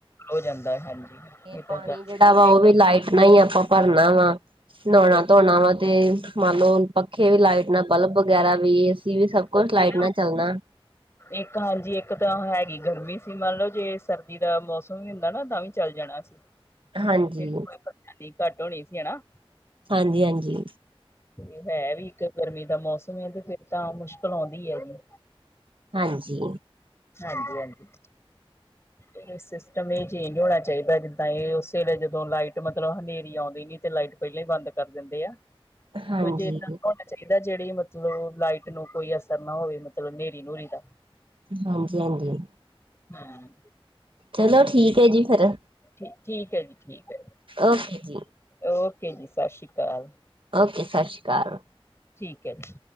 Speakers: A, on the left (about 25°); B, on the right (about 60°).
A: ਹੋ ਜਾਂਦਾ ਹਾਂਜੀ।
B: ਤੇ
A: ਇਹ
B: ਪਾਣੀ
A: ਤਾਂ ਗੱਲ
B: ਜਿਹੜਾ
A: ਸਹੀ
B: ਵਾ ਉਹ ਵੀ ਲਾਈਟ ਨਾਲ ਹੀ ਆਪਾਂ ਭਰਨਾ ਵਾ, ਨਹਾਣਾ
A: ਇੱਕ
B: ਧੋਣਾ ਆ। ਤੇ ਮੰਨ ਲਓ ਪੱਖੇ ਵੀ ਲਾਈਟ ਨਾਲ, ਬਲਬ ਵਗੈਰਾ ਵੀ, ਏ ਸੀ ਵੀ, ਸਭ ਕੁਛ
A: ਉਹੀ
B: ਲਾਈਟ ਨਾਲ
A: ਨਾ
B: ਚਲਣਾ।
A: ਇੱਕ ਹਾਂਜੀ ਇੱਕ ਤਾਂ ਹੈਗੀ ਗਰਮੀ ਸੀ ਮੰਨ ਲਓ ਜੇ ਸਰਦੀ ਦਾ ਮੌਸਮ ਵੀ ਹੁੰਦਾ ਨਾ ਤਾਂ ਵੀ ਚੱਲ ਜਾਣਾ ਸੀ
B: ਹਾਂਜੀ
A: ਫਿਰ ਕੋਈ ਘੱਟ ਹੋਣੀ ਸੀ ਹਨਾ
B: ਹਾਂਜੀ-ਹਾਂਜੀ
A: ਤੇ ਹੈ ਵੀ ਇੱਕ ਗਰਮੀ ਦਾ ਮੌਸਮ ਐ ਤੇ ਫੇਰ ਤਾਂ ਮੁਸ਼ਕਿਲ ਆਉਂਦੀ ਹੈਗੀ
B: ਹਾਂਜੀ
A: ਹਾਂਜੀ-ਹਾਂਜੀ ਇਹ ਸਿਸਟਮ ਇਹ ਚੇਂਜ ਹੋਣਾ ਚਾਹੀਦਾ ਜਿੱਦਾਂ ਇਹ ਉਸ ਵੇਲੇ ਜਦੋਂ ਲਾਈਟ ਮਤਲਬ ਹਨੇਰੀ ਆਉਂਦੀ ਨੀ ਤੇ ਲਾਈਟ ਪਹਿਲਾਂ ਹੀ ਬੰਦ ਕਰ ਦਿੰਦੇ ਆ
B: ਹਾਂਜੀ
A: ਕੋ ਜੇ ਇਦਾਂ ਚਾਹੀਦਾ ਜਿਹੜੀ ਮਤਲਬ ਲਾਈਟ ਨੂੰ ਕੋਈ ਅਸਰ ਨਾ ਹੋਵੇ ਮਤਲਬ ਹਨੇਰੀ ਨੂਰੀ ਦਾ
B: ਹਾਂਜੀ-ਹਾਂਜੀ
A: ਹਾਂ
B: ਚਲੋ ਠੀਕ ਐ ਜੀ ਫਿਰ
A: ਠੀ ਠੀਕ ਐ ਜੀ ਠੀਕ ਐ
B: ਓਕੇ ਜੀ
A: ਓਕੇ ਜੀ ਸਤਿ ਸ਼੍ਰੀ ਅਕਾਲ
B: ਓਕੇ ਸਤਿ ਸ਼੍ਰੀ ਅਕਾਲ
A: ਠੀਕ ਐ ਜੀ